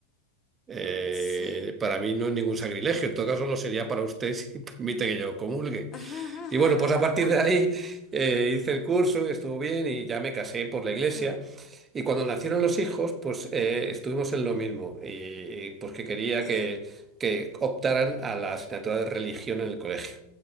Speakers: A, on the right; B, on the left.
A: Eh,
B: Sí.
A: para mí no es ningún sacrilegio, en todo caso no sería para usted si <laughs> permite que yo comulgue.
B: <laughs>
A: Y bueno, pues a partir de ahí eh, hice el curso y estuvo bien y ya me casé por la iglesia.
B: Sí.
A: Y cuando nacieron los hijos, pues eh, estuvimos en lo mismo y, y, pues que quería
B: ¿Y,
A: que, que optaran a la asignatura de religión en el colegio.